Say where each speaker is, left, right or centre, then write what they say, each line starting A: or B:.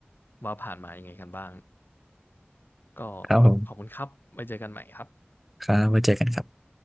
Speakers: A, on the left (about 55°); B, in the centre.
A: ว่าผ่านมายังไงกันบ้างก็
B: ครับผม
A: ขอบคุณครับไว้เจอกันใหม่ครับ
B: ครับไว้เจอกันครับ